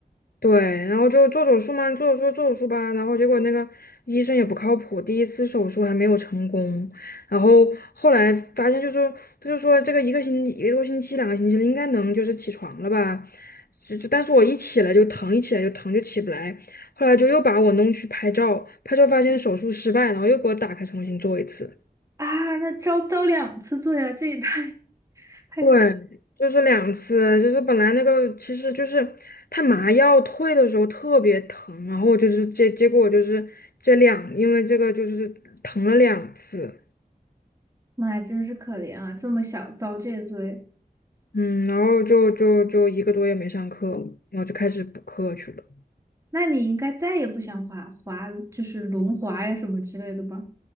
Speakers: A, on the left (about 70°); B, on the right (about 20°).
A: 对，然后就做手术嘛，做手术做手术吧，然后结果那个医生也不靠谱，第一次手术还没有成功，然后后来发现就说他就说这个一个星期一个多星期两个星期了，应该能就是起床了吧，就就但是我一起来就疼，一起来就疼就起不来，后来就又把我弄去拍照，拍照发现手术失败，然后又给我打开重新做一次。
B: 啊，那遭遭两次罪啊，这也太太惨，
A: 对，就是两次，就是本来那个其实就是他麻药退的时候特别疼，然后就是结结果就是这两，因为这个就是疼了两次，
B: 妈呀，真是可怜啊，这么小遭这罪，
A: 嗯，然后就就就一个多月没上课了，然后就开始补课去了。
B: 那你应该再也不想滑滑就是轮滑呀什么之类的吧？